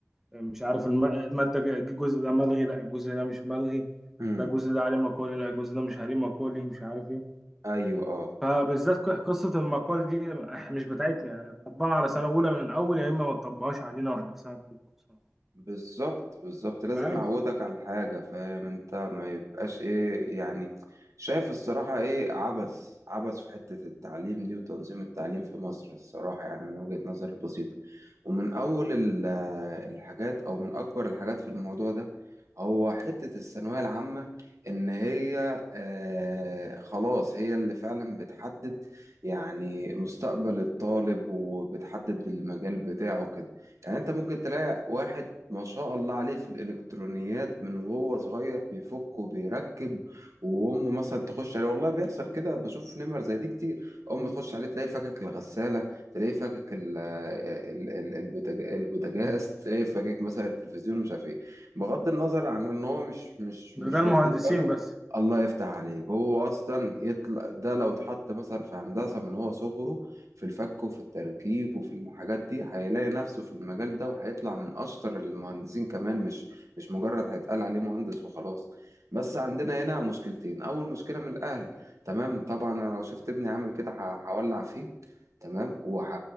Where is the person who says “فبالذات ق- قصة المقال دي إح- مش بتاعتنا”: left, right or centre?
Centre